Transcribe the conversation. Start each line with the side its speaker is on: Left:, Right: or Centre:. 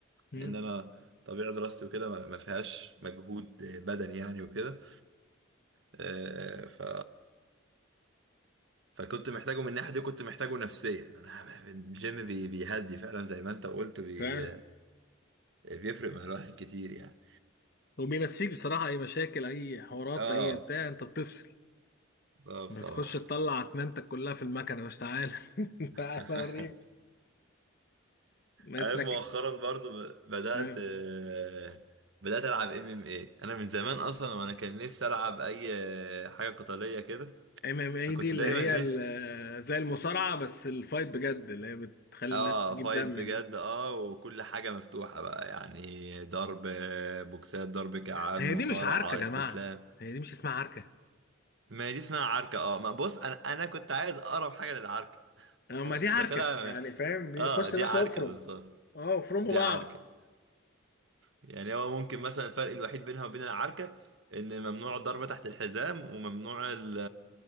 Left: امم
Right: ان انا طبيعه دراستي وكده ما ما فيهاش مجهود بدني يعني وكده آه، ف فكنت محتاجه من الناحيه دي وكنت محتاجه نفسيا انا الجيم بي- بيهدي فعلا زي ما انت قلت بي
Left: بتاع
Right: بيفرق مع الواحد كتير يعني
Left: وبينسيك بصراحه اي مشاكل اي حوارات
Right: اه
Left: اي بتاع انت بتفصل
Right: اه بصراحه
Left: بتخش تطلع اتنينتك كلها في المكنه مش تعالى <laughs>
Right: <laughs>
Left: تعالى وريني مثلك
Right: عارف مؤخرا برضو ب- بدأت
Left: <laughs> ام
Right: آه، بدأت ألعب ام ام ايه أنا من زمان أصلا وأنا كان نفسي ألعب أي آه، حاجة قتالية كده
Left: ام اي
Right: فكنت
Left: دي اللي
Right: دايما
Left: هي
Right: إيه
Left: ال- زي المصارعه بس الفايت بجد اللي هي بتخلي
Right: اه
Left: الناس تجيب
Right: فايت
Left: دم
Right: بجد
Left: دي
Right: اه وكل حاجة مفتوحة بقى يعني ضرب آه، بوكسات ضرب كعان
Left: هي
Right: مصارعة
Left: دي مش عركة يا جماعة
Right: استسلام
Left: هي دي مش اسمها عركة
Right: ما هي دي اسمها عركة اه ما بص أنا أنا كنت عايز أقرب حاجة للعركة <laughs>
Left: اما
Right: أنا
Left: دي
Right: مش
Left: عركة
Right: داخلها
Left: يعني فاهم دي
Right: اه
Left: خش
Right: دي
Left: يا باشا
Right: عركة
Left: افرم
Right: بالظبط
Left: اه افرموا
Right: دي
Left: بعض
Right: عركة يعني هو ممكن مثلا الفرق الوحيد بينها وبين العركة ان ممنوع الضرب تحت الحزام وممنوع ال